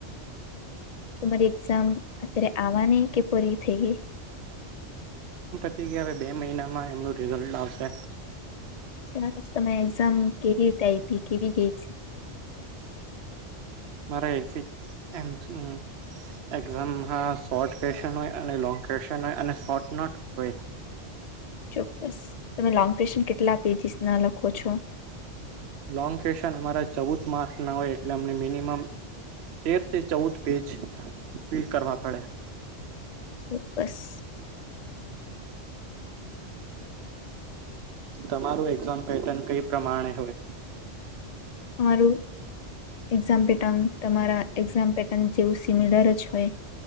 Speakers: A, on the left (about 60°); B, on the right (about 65°).
A: તમારી એક્ઝામ અત્યારે આવાની કે પુરી થઈ ગઈ.
B: પતિ ગઈ હવે બે મહિનામાં એમનું રિઝલ્ટ આવશે.
A: સરસ તમે એક્ઝામ કેવી રીતે આયપી કેવી ગઈ સ
B: મારે એક સી. એમ્થ નુ એક્ઝામમાં શોર્ટ ક્વેશ્ચન હોય અને લોંગ ક્વેશ્ચન હોય અને શોર્ટ નુ નોટ હોય. -
A: ચોક્કસ તમે લોંગ ક્વેશ્ચન કેટલા પેજીિસના લખો છો.
B: લોંગ ક્વેશન અમારા ચૌદ માર્કના હોય એટલે અમને મિનિમમ. તેરથી ચૌદ પેજ ફિલ કરવા પડે.
A: ચોક્કસ.
B: તમારું એક્ઝામ પેટર્ન કઈ પ્રમાણે હોય.
A: અમારુ એક્ઝામ પેટાનું તમારા એક્ઝામ પેટર્ન જેવું સિમિલર જ હોય